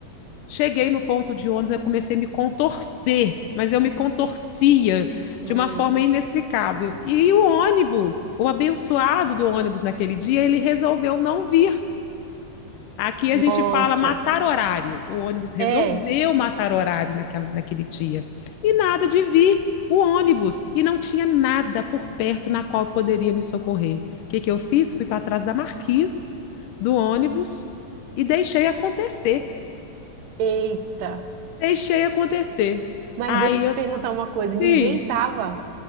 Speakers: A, on the left; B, on the right.
A: Cheguei no ponto de ônibus, eu comecei a me contorcer, mas eu me contorcia
B: Ai,
A: de uma forma inexplicável. E o ônibus, o abençoado do ônibus naquele dia, ele resolveu não vir. Aqui a gente
B: nossa.
A: fala matar horário. O ônibus resolveu
B: É,
A: matar horário naquela, naquele dia. E nada de vir o ônibus. E não tinha nada por perto na qual poderia me socorrer. O que, que eu fiz? Fui para trás da marquise do ônibus e deixei acontecer.
B: eita.
A: Deixei acontecer.
B: Mas
A: Aí
B: deixa eu
A: eu,
B: te perguntar uma coisa, ninguém
A: sim,
B: tava?